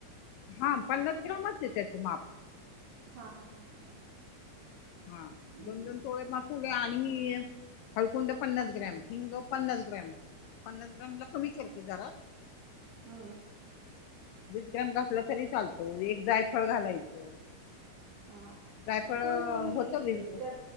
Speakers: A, on the left; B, on the right.
A: हा पन्नास ग्रामच य त्याचं माप
B: हा हा हा हा हा
A: हा
B: हम्म
A: दोन दोन टोळे मस् आणि हळकुंड पन्नास ग्रॅम हिंग पन्नास ग्रॅम पन्नास ग्रामला कमी करते जरा
B: हम्
A: विीजक्रम घातला तरी चालतो एक जायफळ घालायचं
B: हा
A: जायफळ
B: कोणी कोणी
A: होतं वीस ग्रॅम
B: त्यात